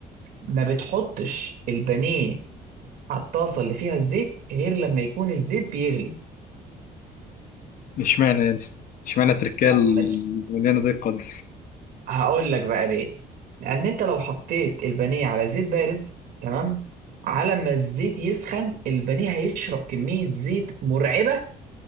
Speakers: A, on the right; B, on the left.
A: ما بتحطش البانيه على الطاسه اللي فيها الزيت غير لما يكون الزيت بيغلي
B: اشمعنى يعني اشمعنى تركال
A: معلش
B: مليانه دقه دي
A: هقول لك بقى ليه لان انت لو حطيت البانيه على زيت بارد تمام على ما الزيت يسخن البانيه هيشرب كميه زيت مرعبه